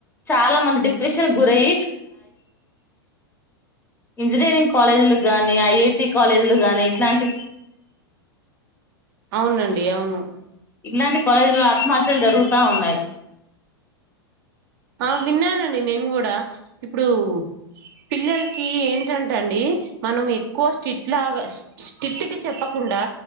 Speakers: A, on the left; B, on the right.
A: చాలా మంది డిప్రెషన్ గురయ, ఇంజనీరింగ్ కాలేజీలు గానీ ఐఐటి కాలేజీలు గానీ ఇట్లాంటి
B: అవునండి అవును
A: ఇలాంటి కాలేజీలో ఆత్మహత్య అచ్చం జరుగుతా ఉన్నాయి
B: ఆ విన్నానండి నేను కూడా ఇప్పుడు పిల్లలకి ఏంటంటే అండి మనం ఎక్కువ స్టిట్ లాగా స్టట్కి చెప్పకుండా.